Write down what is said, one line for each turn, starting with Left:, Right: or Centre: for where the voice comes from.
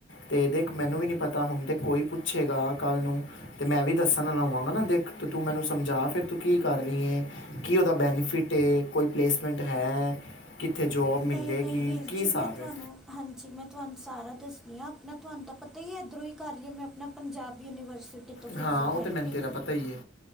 Left: ਤੇ ਦੇਖ ਮੈਨੂੰ ਵੀ ਨੀ ਪਤਾ ਹੁਣ ਤੇ ਕੋਈ ਪੁੱਛੇਗਾ। ਕੱਲ ਨੂੰ ਤੇ ਮੈਂ ਵੀ ਦੱਸਣ ਲਾਵਾਂਗਾ ਨਾ ਦਿੱਖ ਤੇ ਤੂੰ ਮੈਨੂੰ ਸਮਝਾ ਫਿਰ ਤੂੰ ਕੀ ਕਰ ਰਹੀ ਏ, ਕੀ ਉਹਦਾ ਬੈਨੀਫਿਟ ਏ ਕੋਈ ਪਲੇਸਮੈਂਟ ਹੈ। ਕਿੱਥੇ ਜੌਬ
Centre: ਨਹੀਂ
Left: ਮਿਲੇਗੀ
Centre: ਨਹੀਂ ਵੀਰ
Left: ਕੀ
Centre: ਜੀ
Left: ਹਿਸਾਬ
Centre: ਮੈਂ ਤੁਹਾਨੂੰ,
Left: ਹੈ
Centre: ਹਾਂਜੀ ਮੈਂ ਤੁਹਾਨੂੰ ਸਾਰਾ ਦੱਸਦੀ ਹਾਂ। ਮੈਂ ਤੁਹਾਨੂੰ ਤਾਂ ਪਤਾ ਹੀ ਹੈ, ਇੱਧਰੋਂ ਹੀ ਕਰ ਰਹੀ ਮੈਂ ਆਪਣਾ ਪੰਜਾਬ ਯੂਨੀਵਰਸਿਟੀ ਤੋਂ ਫਿਜ਼ੀਓਥੈਰੇਪੀ
Left: ਹਾਂ ਉਹ ਤੇ ਮੈਨੂੰ ਤੇਰਾ ਪਤਾ ਹੀ ਹੈ।